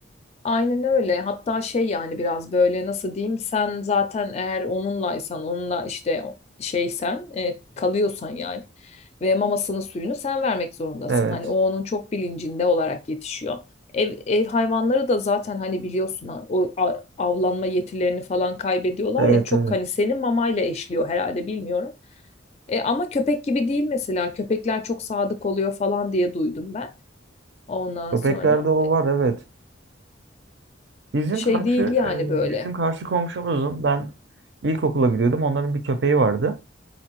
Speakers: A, on the left; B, on the right.
A: Aynen öyle. Hatta şey yani biraz böyle nasıl diyeyim sen zaten eğer onunlaysan onunla işte o- şeysen e, kalıyorsan yani ve mamasını suyunu sen vermek zorundasın.
B: Evet.
A: Hani o onun çok bilincinde olarak yetişiyor. Ev, ev hayvanları da zaten hani biliyorsun ha, o a- avlanma yetilerini falan kaybediyorlar
B: Evet,
A: ya çok
B: evet.
A: hani senin mamayla eşliyor herhalde bilmiyorum. E, ama köpek gibi değil mesela köpekler çok sadık oluyor falan diye duydum ben ondan
B: Köpeklerde
A: sonra.
B: o var, evet. Bizim
A: Şey
B: karşı
A: değil yani
B: e, bizim
A: böyle.
B: karşı komşumuzun ben ilkokula gidiyordum. Onların bir köpeği vardı.